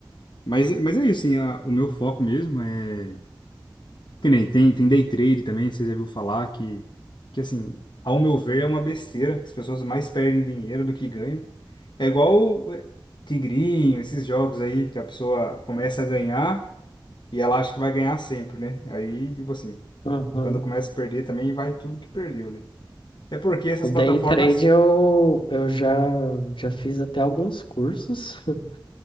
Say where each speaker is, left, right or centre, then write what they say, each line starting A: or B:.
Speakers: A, on the left; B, on the left.
A: Mas, mas é isso, assim, a- o meu foco mesmo é. Que nem tem, tem day trade também, você já viu falar que, que assim, ao meu ver, é uma besteira. As pessoas mais perdem dinheiro do que ganham. É igual o, eh, Tigrinho, esses jogos aí que a pessoa começa a ganhar e ela acha que vai ganhar sempre, né? Aí, tipo assim,
B: Uhum.
A: quando começa a perder também vai tudo que perdeu, né? Até porque essas
B: O
A: plataformas.
B: day trade eu, eu já, já fiz até alguns cursos, <laughs>